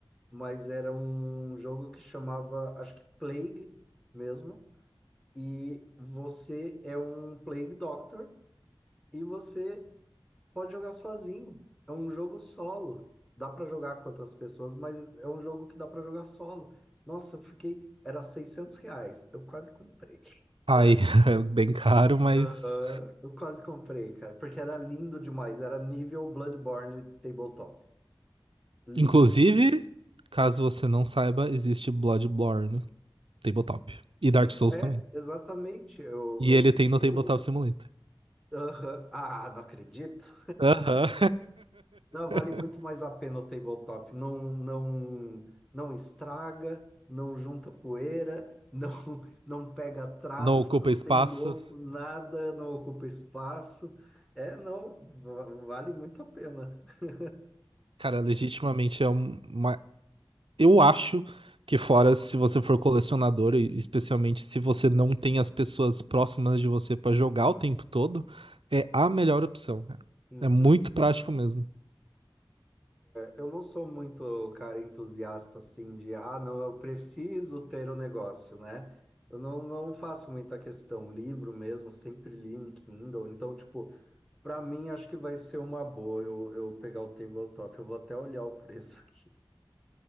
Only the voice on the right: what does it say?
Aí,
<laughs> é bem caro, mas.
Inclusive, caso você não saiba, existe Bloodborne Tabletop.
E Dark Souls
também.
E
ele tem no
Tabletop Simulator.
Aham.
<laughs>
Não ocupa
espaço.
Cara, legitimamente é um, uma. Eu acho que, fora se você for colecionador, e especialmente se você não tem as pessoas próximas de você pra jogar o tempo todo, é a melhor opção, cara.
É muito prático mesmo.